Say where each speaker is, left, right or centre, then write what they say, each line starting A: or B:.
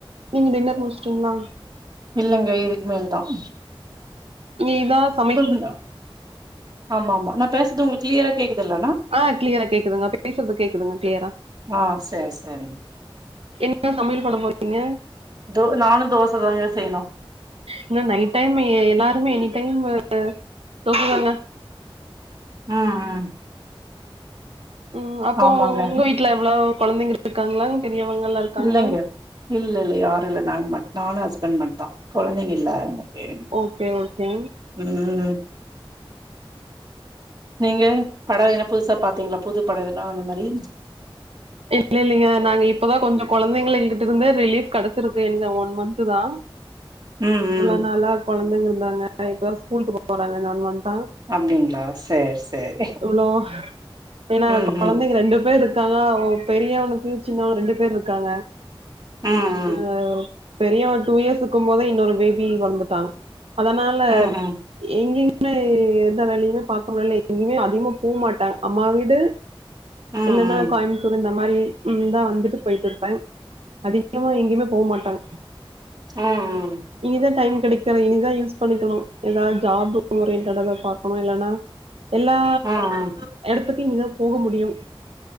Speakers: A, on the right; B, on the right.
A: நீங்க டின்னர் முடிச்டீங்களா
B: இல்லேங்க இதுக்கு மேல் தான்
A: நீ தாஸ்
B: உங்கள்துதா ஆமா ஆமா நா பேசுறது உங்களுக்கு கிளியரா கேக்குதில்லனா
A: ஆ கிளியரா கேக்குதுங்க பேசுறது கேக்குதுங்க கிளியரா
B: ஆ சேர் செரிங்க
A: என்ன சமையல் பண்ண போறீங்க
B: தோ நானு தோச தாங்க செய்யணு
A: இன்னும் நைட் டைம் எ எல்லாருமே எனி டைம் தோசதாங்க
B: ஆ ஆ
A: ம் அப்போ
B: ஆமாங்க
A: உங்க வீட்ல எவ்ளோ குழந்தைங்க இருக்காங்களா பெரியவங்கல்லா இருக்காங்களா
B: இல்லைங்க இல்ல இல்ல யாரும் இல்ல நாங்க மட் தா நானும் ஹஸ்பண்ட் மட்தான் குழந்தைங்க இல்ல எனக்கு
A: ஓகே ஓகே
B: ம் ம் நீங்க படம் எதனா புதுசா பாத்தீங்களா புது படோ ஏன்னா அந்த மாரி
A: இல்ல இல்லைங்க நாங்க இப்பதா கொஞ்சோ குழந்தைங்கள இங்கிட்ருந்து ரிலீஃப் கடைச்சிருக்கு எங்க ஒன் மந்த் தா
B: ம் ம்
A: இவ்ளோ நாளா குழந்தைங்க இருந்தாங்க இப்ப தா ஸ்கூலுக்கு போறாங்க இந்த ஒன் மன்த்தா
B: அப்டிங்களா சேரி சேரி
A: இவ்ளோ ஏன்னா
B: ம்
A: குழந்தைங்க
B: ம்
A: ரெண்டு பேர் இருக் இருக்காங்க பெரியவனுக்கு சின்னவன் ரெண்டு பேர் இருக்காங்க
B: ம்
A: அ பெரியவ டூ இயர்ஸ் இருக்கும் போதே இன்னொரு பேபி பொறந்துட்டா அதனால
B: ம் ம் ம்
A: எங்கேயுமே எந்த வேலையும் பார்க்க முடில எங்கேயுமே அதிகமா போ மாட்டே அம்மா வீடு
B: ம் ம்
A: இல்லன்னா கோயமுத்தூர் இந்த மாரி இந்தா வந்துட்டு போய்ட்டு இருப்பேன் அதி அதிகமா எங்கயுமே போம் மாட்டாங்
B: ஆ ஆ
A: இனிதான் டைம் கெடைக்கற இனிதான் யூஸ் பண்ணிக்கணும் ஏதாவது ஜாப் ஓரியன்டடதா பாக்கணும் இல்லன்னா எல்லா
B: ம் ம் ம்
A: இடத்துக்கு இனி தா போக முடியும்